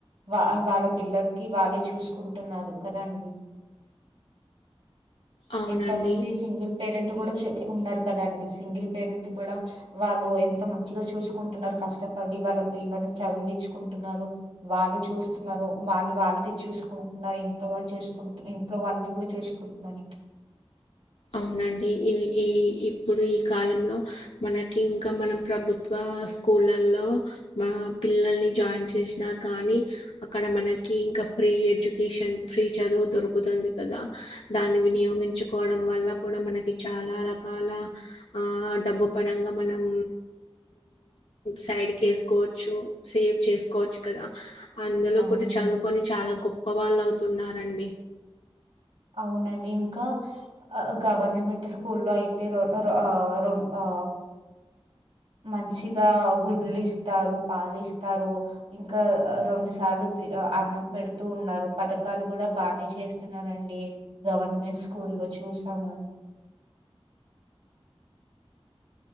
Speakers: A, on the right; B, on the left.
A: వా వాళ్ళ పిల్లలకి వాళ్ళే చూసుకుంటున్నారు కదాండి
B: అవునండి
A: ఎంత మంది సింగిల్ పేరెంట్ కూడా ఉన్నారు కదండి సింగిల్ పేరెంట్ కూడా వాళ్ళు ఎంతో మంచిగా చూసుకుంటున్నారు కష్టపడి వాళ్ళ పిల్లల్ని చదివించుకుంటున్నారు వాళ్ళు చూస్తున్నారు వాళ్ళు వాళ్ళది చూసుకుంటున్నారు ఇంట్లో వాళ్ళు చేసుకుంటు ఇంట్లో వాళ్ళది కూడా చేసుకుంటున్నారు
B: అవునండి ఇ ఈ ఇప్పుడు ఈ కాలంలో మనకి ఇంకా మనం ప్రభుత్వ స్కూళ్ళలో మ పిల్లల్ని జాయిన్ చేసినా కానీ అక్కడ మనకి ఇంకా ఫ్రీ ఎడ్యుకేషన్ ఫ్రీ చదువు దొరుకుతుంది కదా దాన్ని వినియోగించుకోవడం వల్ల కూడా మనకి చాలా రకాల ఆ డబ్బు పరంగా మనం సైడ్కి ఎసుకోవచ్చు సేవ్ చేసుకోవచ్చు కదా అందులో
A: అవునండి
B: కూడా చదువుకొని చాలా గొప్ప వాళ్ళు అవు తున్నారండి
A: అవునండి ఇంకా గవర్నమెంట్ స్కూల్లో అయితే రో రో ఆ రోం ఆ మంచిగా గుడ్లు ఇస్తారు పాలు ఇస్తారు ఇంకా రెండు సార్లు తీ అన్నం పెడుతూ ఉన్నారు పథకాలు కూడా బానే చేస్తున్నారుండి గవర్నమెంట్ స్కూ లో చూసాము